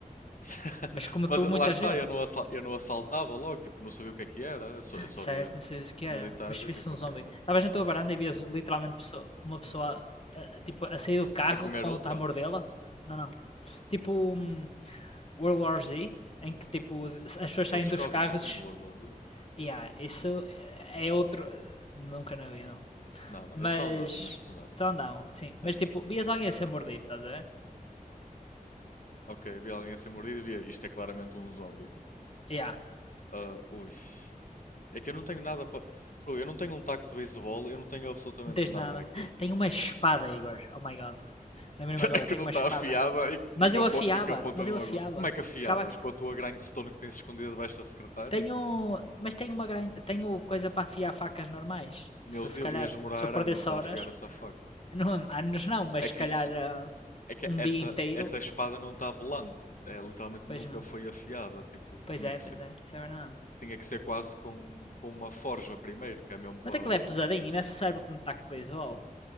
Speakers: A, on the left; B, on the left.
A: <laughs>
B: mas como matou
A: Mas lá
B: muita
A: está,
B: gente.
A: eu não, assal- eu não assaltava logo, tipo, não sabia o que é que era, eu só, eu só
B: Certo,
A: via
B: não sei o que era,
A: militares,
B: mas se
A: é
B: visse
A: tipo,
B: um
A: ok,
B: zombie.
A: não,
B: Estavas na
A: não
B: tua varanda
A: vou.
B: e vias literalmente pessoa- uma pessoa eh, tipo, a sair do carro
A: A comer
B: com
A: outra?
B: outra a mordê-la. Não, não. Tipo um World War Z, em que tipo as pessoas saem
A: Eles
B: dos
A: correm
B: carros.
A: também no World War Z?
B: Yeah, isso é outro. eh, Nunca na vida.
A: Não, não.
B: Mas.
A: Eles só andavam neste cenário.
B: Só andavam, sim.
A: Sim.
B: Mas tipo, vias alguém a ser mordido, estás a ver?
A: Ok, vi alguém a ser mordido e vi. Isto é claramente um zombie.
B: Yeah,
A: Ah, ui. É que eu não tenho nada para. eu não tenho um taco de beisebol, eu não tenho absolutamente
B: não tens
A: nada
B: nada.
A: aqui.
B: Tenho uma espada, Igor. Oh my god. Lembrei-me
A: <laughs>
B: agora,
A: que
B: tenho
A: não
B: uma
A: está
B: espada.
A: afiada e, que-
B: Mas
A: e, que
B: eu
A: apo-
B: afiava,
A: e que aponta
B: mas
A: no
B: eu afiava.
A: agudo. Como é que afiavas?
B: Ficava aqui
A: Com a tua grindstone que tens escondida debaixo da secretária?
B: Tenho, mas tenho uma gran- tenho coisa para afiar facas normais.
A: Meu
B: Se
A: Deus,
B: se calhar,
A: ias demorar
B: se eu
A: anos
B: perdesse
A: a
B: horas,
A: afiar essa faca.
B: <laughs> não, anos não, mas
A: É
B: se
A: que
B: calhar
A: isso,
B: ah,
A: é que
B: um
A: essa,
B: dia inteiro,
A: essa espada não está volante. É, literalmente
B: pois
A: nunca
B: não.
A: foi afiada. Tipo,
B: Pois
A: tinha que
B: é, pois
A: ser.
B: é, isso é verdade.
A: tinha que ser quase com, com uma forja primeiro, que é mesmo para.
B: Mas aquilo é pesadinho, ainda serve como um taco de beisebol.